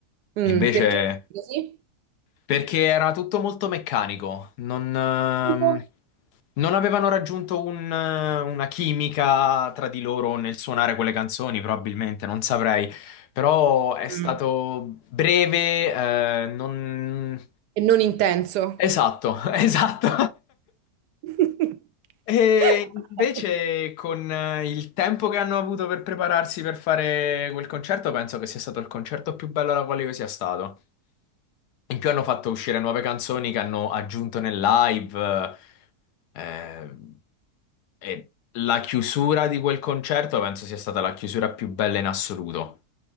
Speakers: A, on the right (about 85°); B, on the left (about 80°).
A: mm,
B: Invece,
A: perché così?
B: perché era tutto molto meccanico, non. ehm,
A: Tipo?
B: non avevano raggiunto un- eh, una chimica tra di loro nel suonare quelle canzoni, probabilmente, non saprei. Però è stato
A: Mm,
B: breve, eh, non...
A: E non intenso.
B: Esatto, <laughs> esatto.
A: <laughs>
B: E invece con eh, il tempo che hanno avuto per prepararsi per fare quel concerto, penso che sia stato il concerto più bello alla quale io sia stato. In più hanno fatto uscire nuove canzoni che hanno aggiunto nel live. eh, e la chiusura di quel concerto penso sia stata la chiusura più bella in assoluto.